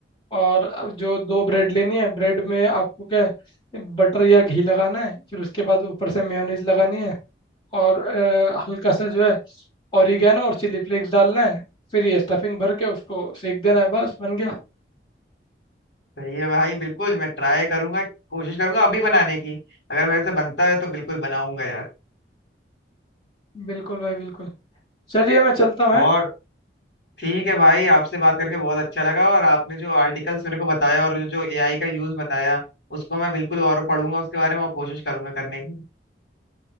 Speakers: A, on the left; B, on the left.
A: और अब जो दो ब्रेड लेनी है ब्रेड में आपको क्या है, बटर या घी लगाना है फिर उसके बाद ऊपर से मेयोनीज लगानी है और अ, हल्का सा जो है ऑरिगेनो और चिली फ्लेक्स डालना है फिर ये स्टफिंग भर के उसको सेक देना है बस बन गया
B: सही है भाई बिल्कुल मैं ट्राई करूंगा कोशिश करूंगा अभी बनाने की अगर मेरे से बनता है तो बिल्कुल बनाऊंगा यार
A: बिल्कुल भाई बिल्कुल चलिए मैं चलता हूँ हैं?
B: और ठीक है भाई आपसे बात करके बहुत अच्छा लगा और आपने जो आर्टिकल्स मेरे को बताया और जो जो एआई का यूज बताया उसको मैं बिल्कुल और पढ़ूंगा उसके बारे में और कोशिश करूंगा करने की